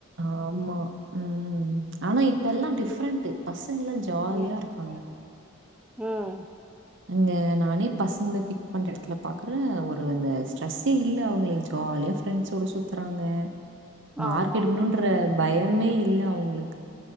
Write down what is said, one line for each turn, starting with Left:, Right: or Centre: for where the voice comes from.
Right: ஆமா ம் ஆனா இப்பெல்லா டிஃப்ரெண்ட்டு பசங்கல்லா ஜாலியா
Centre: ம்
Right: இருக் <unintelligible>
Centre: ம்
Right: அங்க நானே பசங்கள பிக் பண்ற எடத்துல பாக்குறே ஒரு அந்த ஸ்ட்ரெஸ்ஸே இல்ல அவங்களுக்கு ஜாலியா ஃப்ரெண் ஃப்ரெண்ட்ஸ்சோட சுத்தறாங்க மார்க்கெடுன்ற
Centre: ஆமா
Right: பயமே இல்ல அவங்களுக்கு